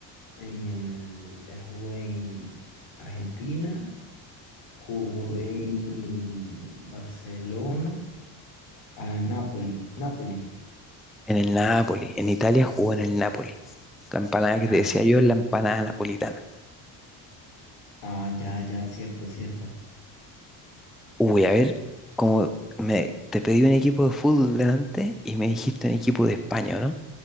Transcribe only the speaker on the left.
en el, él jugó en Argentina, jugó en Barcelona, a Napoli, Napoli,
ya,
ya,
ah, ya, ya, cierto, cierto.